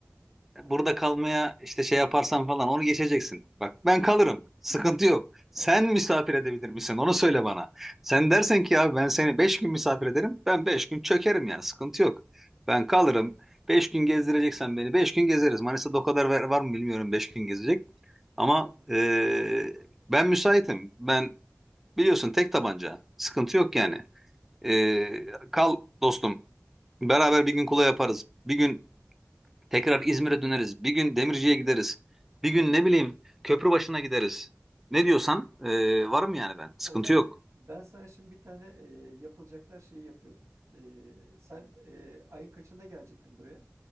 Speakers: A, in the centre; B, on the right (about 65°).
A: burada
B: Ha, buyur.
A: kalmaya işte şey yaparsan falan onu geçeceksin. Bak ben kalırım. Sıkıntı yok. Sen
B: Tamam.
A: misafir edebilir misin? Onu söyle bana. Sen dersen ki abi ben seni 5 gün misafir ederim. Ben 5 gün çökerim yani. Sıkıntı yok. Ben kalırım. Beş gün gezdireceksen beni 5 gün gezeriz. Manisa'da o kadar var, var mı bilmiyorum Beş gün gezecek. Ama
B: Var var.
A: eee, ben müsaitim. Ben biliyorsun tek tabanca. Sıkıntı yok yani. Eee, kal dostum. Beraber bir gün kula yaparız. Bir gün Tekrar İzmir'e döneriz. Bir gün Demirci'ye gideriz. Bir gün ne bileyim Köprübaşı'na gideriz. Ne diyorsan e, varım yani ben. Sıkıntı
B: O zaman
A: yok.
B: ben sana şimdi bir tane e, yapılacaklar şeyi yapıyorum. E, sen e, ayın kaçında gelecektin buraya?